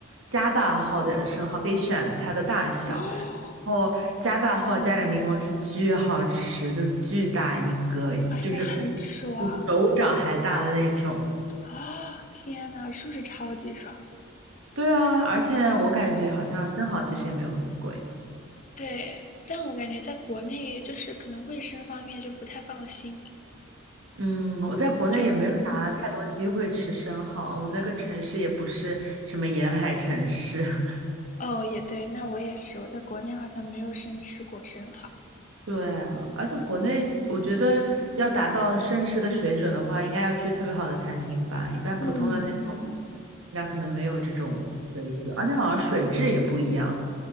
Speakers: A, on the right; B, on the left.
A: 加大号的生蚝，可以选它的大小，
B: 哦，
A: 然后加大号加点柠檬汁，
B: 嗯，
A: 巨好吃，就是巨大一个，
B: 而且很爽。
A: 就是跟比手掌还大的那种。
B: 啊，天呐，是不是超级爽？
A: 对啊，而且我感觉好像生蚝其实也没有很贵。
B: 对，但我感觉在国内就是可能卫生方面就不太放心，
A: 嗯，我在国内也没有啥太多机会吃生蚝，
B: 就嗯
A: 我们那个城市也不是什么沿海城市。<laughs>
B: 哦，也对，那我也是，我在国内好像没有生吃过生蚝。
A: 对啊，而且国内我觉得要达到生吃的水准的话，应该要去特别好的餐厅吧，一般普通的那种，
B: 嗯嗯，
A: 那可能没有这种水准，而且好像水质也不一样，